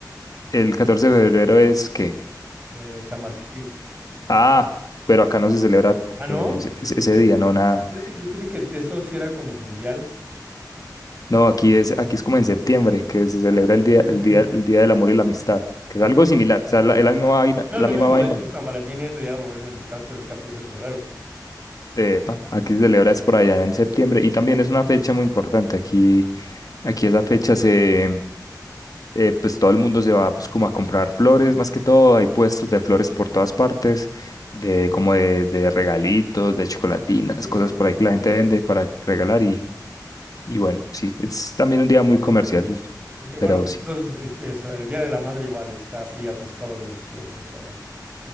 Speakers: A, on the left (about 55°); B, on the right (about 20°).
A: el 14 de febrero es que,
B: Eh, San Valentín.
A: ah, pero acá no se celebra
B: Ah, ¿no?
A: eh, ese ese
B: Fíjate-
A: día, no nada.
B: fíjate, Yo creo que eso sí era como mundial.
A: No, aquí es, aquí es como en septiembre, que se celebra
B: Ah,
A: el
B: ok,
A: día, el
B: ok.
A: día, el Día del Amor y la Amistad, que
B: No,
A: es algo similar, o sea, la, es la misma vaina,
B: es
A: la
B: lo
A: misma
B: mismo,
A: vaina.
B: de hecho, San Valentín es de Día de Amor y Amistad, pero es 14 de febrero.
A: eh, pa, aquí se celebra es por allá en septiembre y también es una fecha muy importante. Aquí, aquí esa fecha se, em, eh, pues todo el mundo se va pues como a comprar flores, más que todo, hay puestos de flores por todas partes, de como de, de regalitos, de chocolatinas,
B: Sí,
A: cosas
B: lo
A: por
B: mismo,
A: ahí que la gente
B: sí.
A: vende para regalar y, y bueno, sí, es también un día muy comercial,
B: Ok, bueno,
A: pero
B: pero
A: sí.
B: entonces este, o sea, el Día de la Madre igual está así atascado los, los restaurantes